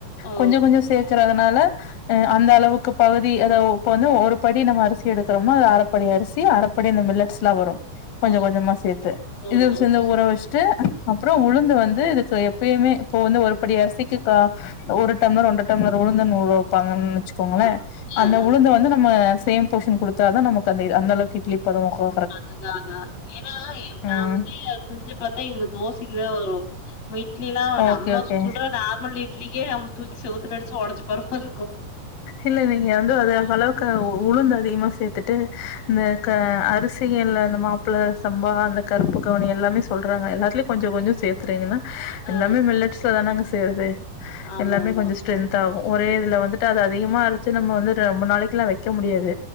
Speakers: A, on the left; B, on the left.
A: ஓ
B: கொஞ்சம் கொஞ்சம் சேக்கறதுனால அந்த அளவுக்கு பகுதி அதாவது இப்ப வந்து ஒரு படி நம்ம அரிசி எடுக்கிறோம் அது அரைப்படி அரிசி அரைப்படி அந்த மில்லட்ஸ்ல்லாம் வரும் கொஞ்சம்
A: ஓ
B: கொஞ்சமா சேத்து
A: ஓ
B: இது
A: ஓ
B: சேர்ந்த ஊறவச்சு வன்ட்டு அப்றம் உளுந்து வந்து இதுக்கு எப்யுமே இப்போ வந்து ஒரு படி அரிசிக்கு கா ஒரு டம்ளர் ஒன்ற டம்ளர் உளுந்து ஊற வைப்பாங்கன்னு வச்சுக்கோங்களேன்
A: ஆ அ
B: அந்த
A: ஆ
B: உளுந்த வந்து நம்ம சேம் போர்ஷன் குடுத்தாதா நமக்கு அந்த-அந்தளவுக்கு இட்லி பதம் கோ
A: அது அது அதுதா ஏன்னா நா
B: ம்
A: வந்து செஞ்சு பாத்தா எங்க தோசைக்குதா வரு வீட்லைலா
B: ஓகே
A: நம்ம
B: ஓகே
A: சுடற நார்மல் இட்லிக்கே நம்ம தூக்கி செவுத்துல அடிச்சுஒடச்சி போற மாரி இருக்கு
B: இல்ல நீங்க வந்து அது அளவுக்கு உளுந்து அதிகமா சேத்துட்டு இந்த க அரிசியில இந்த மா ப்பா சம்பா அந்த கருப்பு கவுனி எல்லாமே சொல்றாங்க எல்லாத்துலயு கொஞ்சோ கொஞ்சோ சேத்துறீங்கன்னா எல்லாமே
A: ஆ
B: மில்லட்ஸ்லதானங்க சேருது
A: ஆமா
B: எல்லாமே
A: ஆமா
B: கொஞ்ச ட்ரென்த் ஆகு ஒரே இதுல வந்துட்டு அத அதிகமா அரச்சி நம்ம வந்து ரொம்ப நாளைக்குல்லா வைக்க முடியாது